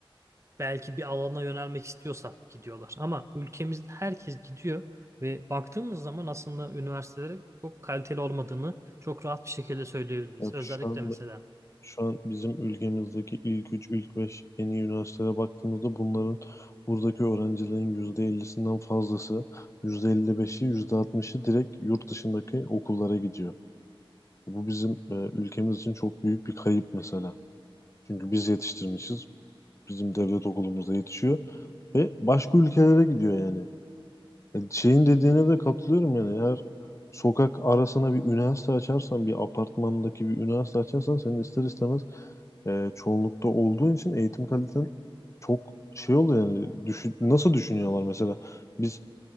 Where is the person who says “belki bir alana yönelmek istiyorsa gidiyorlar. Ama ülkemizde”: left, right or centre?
Right